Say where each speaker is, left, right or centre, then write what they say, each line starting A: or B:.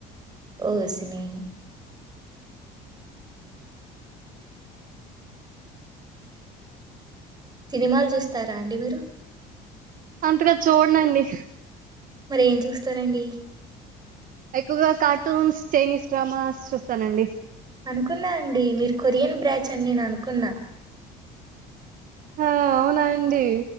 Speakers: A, on the right (about 25°); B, on the right (about 50°).
A: ఓసినీ సినిమాలు చూస్తారా అండి మీరు
B: అంతగా చూడనండి
A: మరేం చూస్తారండి
B: ఎక్కువగా కార్టూన్స్ చైనీస్ డ్రామాస్ చూస్తానండి
A: అనుకున్నా అండి మీరు కొరియన్ బ్రాచ్ అని నేను అనుకున్నా
B: ఆ అవునా అండి